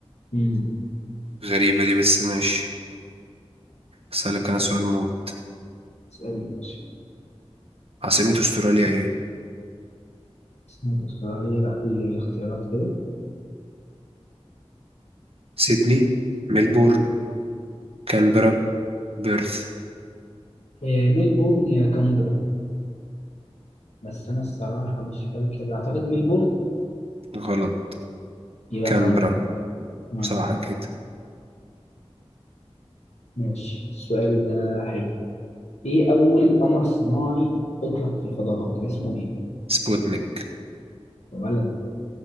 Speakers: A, on the left; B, on the right.
A: مم.
B: غريبة دي بس ماشي اسألك انا سؤال موت
A: اسألني ماشي
B: عاصمة استراليا ايه
A: سمك أستراليا لا قول لي اختيارات كده
B: سيدني ملبورن كانبرا بيرث
A: إيه، ميلبورن يا كامبرا بس أنا الصراحة مش فاكر أعتقد ميلبورن
B: غلط
A: يبقى
B: كانبرا
A: كامبرا آه.
B: صح كده
A: ماشي السؤال ده حلو إيه أول قمر صناعي أطلق في الفضاء كان اسمه إيه؟
B: سبوتنيك
A: يا ولد